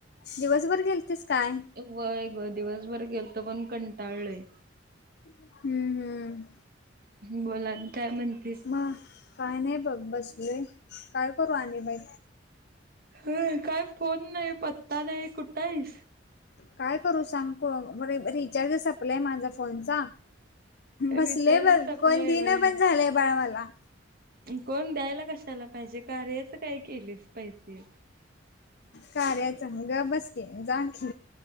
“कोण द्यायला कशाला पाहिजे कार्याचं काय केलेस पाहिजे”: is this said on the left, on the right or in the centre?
Right